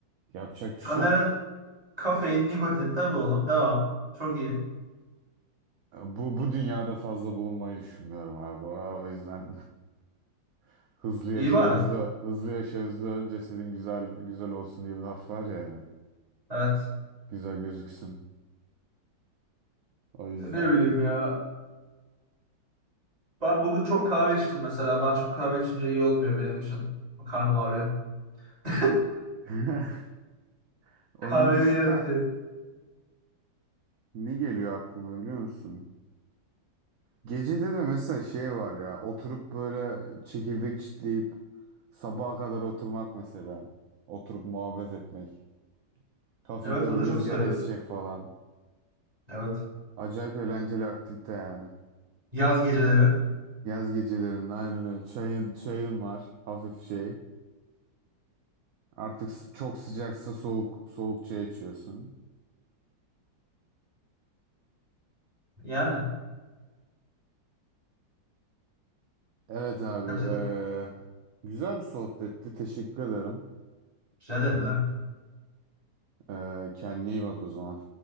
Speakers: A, on the right; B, on the right.
A: Yapacak bir
B: Senlerin
A: şey yok.
B: kafein, nikotin tabii oğlum. Devam. Çok iyi.
A: Bu bu dünyada fazla bulunmayı düşünmüyorum abi. O, o yüzden <laughs> hızlı yaşa
B: İyi bari.
A: hızlı hızlı yaşa hızlı öl cesedin güzel güzel olsun diye bir laf var yani.
B: Evet.
A: Güzel gözüksün. O yüzden.
B: Ne bileyim ya. Ben bugün çok kahve içtim mesela. Ben çok kahve içince iyi olmuyor benim için. Karnım ağrıyor. <laughs>
A: <laughs> Onun
B: Kahvenin
A: dışında
B: gerekli.
A: ne geliyor aklıma biliyor musun? Gecede de mesela şey var ya oturup böyle çekirdek çitleyip sabaha kadar oturmak mesela. Oturup muhabbet etmek. Hafif
B: Evet
A: böyle
B: o da
A: rüzgar
B: çok sarıyor.
A: esecek falan.
B: Evet.
A: Acayip eğlenceli aktivite yani.
B: Yaz geceleri.
A: Yaz gecelerinde aynen öyle. Çayın, çayın var hafif şey. Artık s- çok sıcaksa soğuk soğuk çay içiyorsun.
B: Yani.
A: Evet abi
B: Bence
A: eee,
B: de.
A: güzel bir sohbetti. Teşekkür ederim.
B: Rica ederim ne demek.
A: Eee kendine iyi bak o zaman.